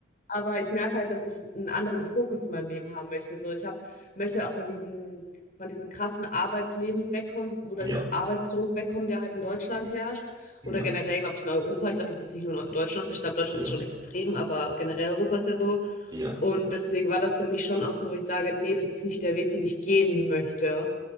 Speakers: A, on the left; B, on the right.
A: Aber ich merke halt, dass ich einen anderen Fokus in meinem Leben haben möchte. So, ich habe möchte halt auch von diesem von diesem krassen Arbeitsleben wegkommen oder
B: ja,
A: diesem Arbeitsdruck wegkommen, der halt in Deutschland herrscht
B: ja,
A: oder generell, glaube ich, in Europa. Ich glaube, das ist jetzt nicht nur in Deutschland so. Ich glaube, Deutschland
B: ja,
A: ist schon extrem, aber generell Europa ist ja so.
B: ja,
A: Und deswegen war das für mich schon auch so, wo ich sage: nee, das ist nicht der Weg, den ich gehen möchte.“